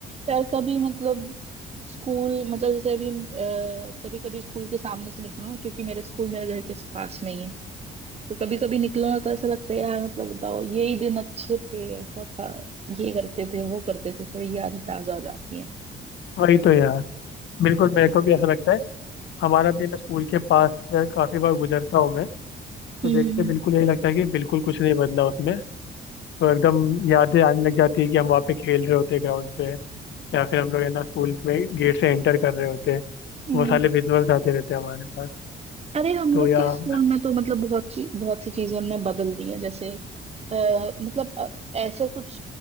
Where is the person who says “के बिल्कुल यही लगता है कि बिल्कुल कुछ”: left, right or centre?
Left